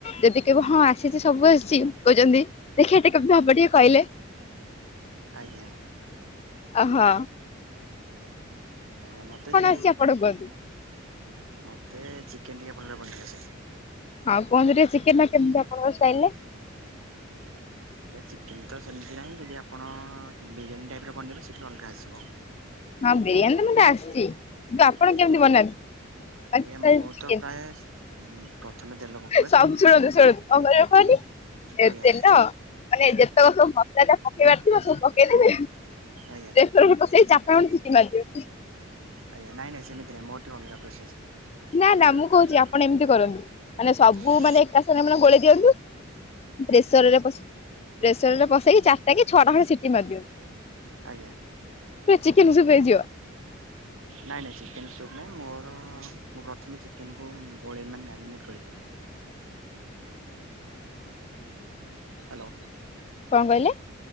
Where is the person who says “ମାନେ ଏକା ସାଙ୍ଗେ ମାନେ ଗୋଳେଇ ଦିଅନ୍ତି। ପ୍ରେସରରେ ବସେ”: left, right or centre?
Left